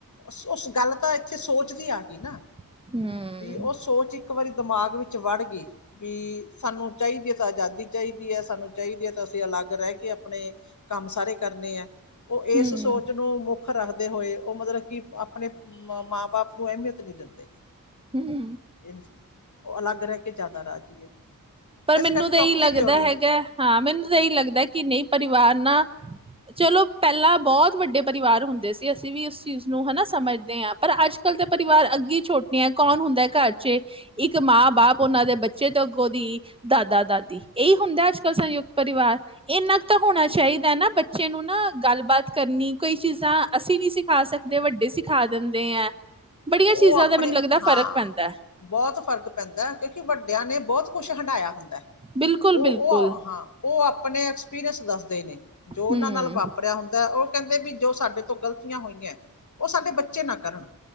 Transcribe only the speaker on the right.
ਹੂੰ,
ਹੂੰ,
ਹੂੰ,
ਪਰ
ਮੈਨੂੰ
ਤਾਂ
ਇਹੀ ਲੱਗਦਾ
ਹੈਗਾ ਹਾਂ ਮੈਨੂੰ ਤਾਂ ਇਹੀ ਲੱਗਦਾ ਕਿ ਨਹੀਂ ਪਰਿਵਾਰ ਚਲੋ ਪਹਿਲਾਂ ਬਹੁਤ ਵੱਡੇ ਪਰਿਵਾਰ ਹੁੰਦੇ ਸੀ ਅਸੀਂ ਵੀ ਉਸ ਚੀਜ਼ ਨੂੰ ਹਨਾ ਸਮਝਦੇ ਹਾਂ ਆਪ, ਪਰ ਅੱਜ ਕੱਲ੍ਹ ਤੇ ਪਰਿਵਾਰ ਅੱਗੇ ਛੋਟ ਕੌਣ ਹੁੰਦਾ ਘਰ ਚ ਇੱਕ ਮਾਂ ਬਾਪ ਉਹਨਾਂ ਦੇ ਬੱਚੇ ਤੋਂ ਅੱਗੋਂ ਦੀ, ਦਾਦਾ-ਦਾਦੀ ਇਹੀ ਹੁੰਦਾ ਅੱਜ ਕੱਲ੍ਹ ਸੰਯੁਕਤ ਪਰਿਵਾਰ ਇੰਨਾ ਕੁ ਤਾਂ ਹੋਣਾ ਚਾਹੀਦਾ ਨਾ ਬੱਚੇ ਨੂੰ ਨਾ ਗੱਲਬਾਤ ਕਰਨੀ ਕੋਈ ਚੀਜ਼ਾਂ ਅਸੀਂ ਨੀ ਸਿਖਾ ਸਕਦੇ ਵੱਡੇ ਸਿਖਾ ਦਿੰਦੇ ਹੈ। ਬੜੀਆਂ
ਚੀਜ਼ਾਂ
ਦਾ ਮੈਨੂੰ ਲੱਗਦਾ ਫ਼ਰਕ
ਪੈਂਦਾ
ਬਿਲਕੁਲ
-ਬਿਲਕੁਲ
ਹਮ